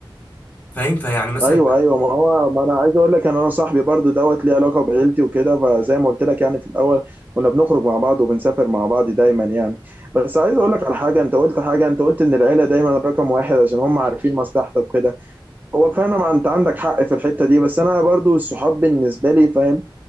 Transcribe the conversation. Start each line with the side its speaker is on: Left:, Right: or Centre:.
Left: فاهم فيعني مثلا
Right: ايوه
Left: مم.
Right: ايوه ما هو ما انا عايز اقول لك ان انا صاحبي برضو دوت ليه علاقه بعيلتي وكده فزي ما قلت لك يعني في الاول كنا بنخرج مع بعض وبنسافر مع بعض دايما يعني بس عايز اقول لك على حاجه انت قلت حاجه انت قلت ان العيله دايما رقم واحد عشان هم عارفين مصلحتك وكده هو فعلا ما انت عندك حق في الحته دي بس انا برضو الصحاب بالنسبه لي فاهم